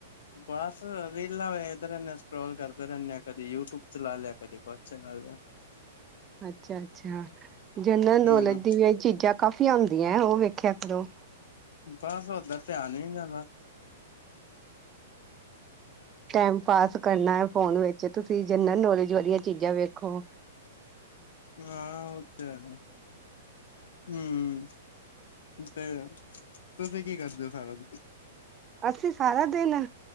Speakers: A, on the left (about 60°); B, on the right (about 25°).
A: ਬੱਸ ਰੀਲਾਂ ਵੇਖਦੇ ਰਹਿਣਿਆ ਸਕ੍ਰੋਲ ਕਰਦੇ ਰੇ ਨੇ ਕਦੀ ਯੂਟੂਬ ਚਲਾ ਲਿਆ ਕਦੀ ਕ ਛਨਾ ਗਿਆ
B: ਅੱਛਾ ਅੱਛਾ ਜਨਰਲ ਨੌਲੇਜ
A: ਹੂੰ
B: ਦੀ ਵੀਆ ਚੀਜਾ ਕਾਫੀ ਆਉਂਦੀਐ ਉ ਵੇਖਿਆ ਕਰੋ
A: ਬਸ ਓਦਰ ਧਿਆਨ ਈਂ <inaudible>
B: ਟੈਮ ਪਾਸ ਕਰਨਾ ਹੈ ਫੋਨ ਵਿੱਚ ਤੁਸੀਂ ਜਨਰਲ ਨੌਲੇਜ ਵਾਲੀਆਂ ਚੀਜ਼ਾਂ ਵੇਖੋ
A: ਹਾਂ ਉਹ ਤੇ ਹੈ ਹਮ ਤੇ ਤੁਸੀਂ ਕੀ ਕਰਦੇ ਹੋ ਸਾਰਾ ਦਿਨ
B: ਅਸੀਂ ਸਾਰਾ ਦਿਨ